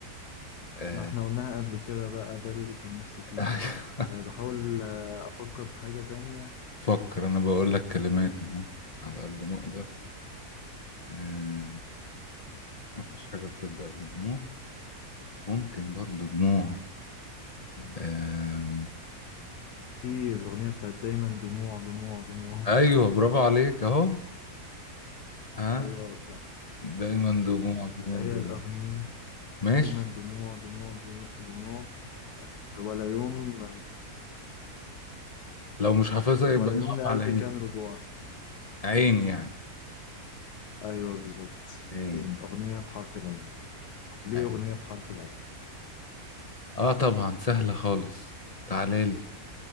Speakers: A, on the left; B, on the left.
A: آه،
B: ما احنا قلناها قبل كده بقى ده اللي كان نفسي فيه
A: <laughs>
B: أه بحاول آه، افكر في حاجة تانية
A: فكر انا بقول لك كلمات
B: أه
A: اهو على قد ما اقدر آه مفيش حاجه بتبدا بدموع ممكن برضو دموع آه
B: في الاغنية بتاعت دايما دموع دموع دموع
A: ايوه برافو عليك اهو ها
B: ايوه صح
A: دايما دموع دموع
B: هي
A: دموع
B: الاغنية
A: ماشي
B: دايما دموع دموع دموع دموع، ولا يوم
A: لو مش حافظها يبقى
B: ولا يوم
A: نقف
B: لقلبي
A: على عين
B: كان رجوع
A: عين
B: م- م.
A: يعني
B: ايوه بالظبط
A: عين
B: عين اغنيه بحرف العين ليه
A: عين
B: اغنيه بحرف العين
A: اه طبعا سهله خالص تعالى لي